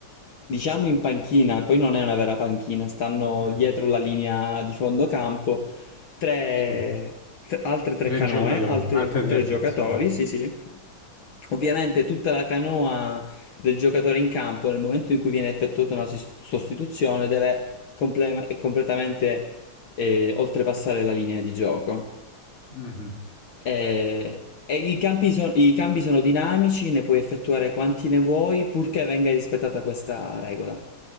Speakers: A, on the left (about 70°); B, on the left (about 30°).
A: diciamo in panchina, poi non è una vera panchina, stanno
B: Mhm,
A: dietro la linea di fondo campo, tre,
B: sì,
A: tre- altre tre
B: tre
A: canoe,
B: giocatori,
A: altri
B: altre tre
A: tre giocatori,
B: persone.
A: sì sì. Ovviamente tutta la canoa del giocatore in campo nel momento in cui viene effettuata una sis- sostituzione deve complema- completamente eh, oltrepassare la linea di gioco.
B: Mhm.
A: Eh, e i campi so- i cambi sono dinamici, ne puoi effettuare quanti ne vuoi, purché venga rispettata questa regola.